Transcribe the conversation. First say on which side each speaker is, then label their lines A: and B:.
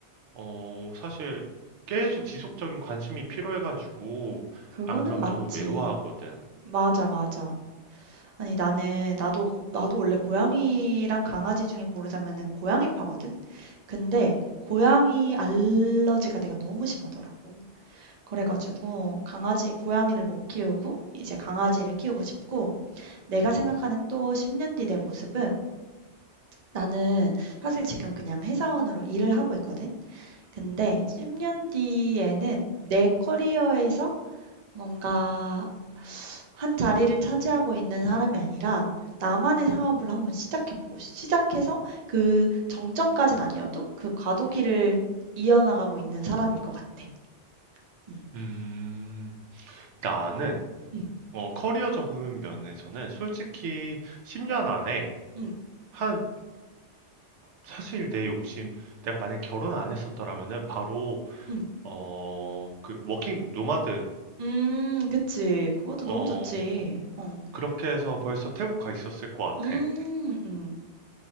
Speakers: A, on the right (about 85°); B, on the right (about 45°).
A: 어, 사실 계속 지속적인 관심이 필요해가지고,
B: 그거는
A: 안 그럼
B: 맞지.
A: 너무 외로워하거든.
B: 맞아,
A: 음,
B: 맞아. 아니, 나는, 나도, 고- 나도 원래 고양이랑 강아지 중에 고르자면은 고양이파거든? 근데, 고양이 알러지가 내가 너무 심하더라고. 그래가지고 강아지, 고양이를 못 키우고 이제 강아지를 키우고 싶고 내가 생각하는 또 10년 뒤 내 모습은 나는 사실 지금 그냥 회사원으로 일을 하고 있거든. 근데 10년 뒤에는 내 커리어에서 뭔가 한 자리를 차지하고 있는 사람이 아니라 나만의 사업을 한번 시작해보고 시작해서 그 정점까지는 아니어도 그 과도기를 이어나가고 있는 사람일 것 같아. 응
A: 음, 나는,
B: 응
A: 어, 커리어적인 면에서는 솔직히 10년 안에
B: 응
A: 한, 사실 내 욕심, 내가 만약에 결혼 안 했었더라면은 바로,
B: 응
A: 어, 그, 워킹 노마드,
B: 음 그치. 그것도 너무
A: 어,
B: 좋지. 어.
A: 그렇게 해서 벌써 태국 가 있었을 것
B: 음
A: 같아.
B: 음.